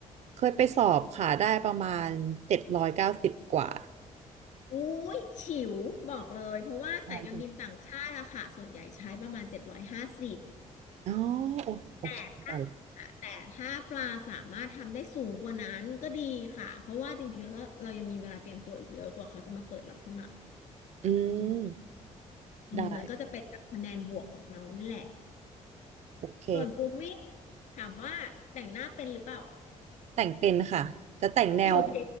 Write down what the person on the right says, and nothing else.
เคยไปสอบค่ะได้ประมาณเจ็ดร้อยเก้าสิบกว่า
อ๋ออ๋อโอยโอเคได้ละ
อืม
ได้ โอเค
แต่งเป็นค่ะ จะแต่งแนว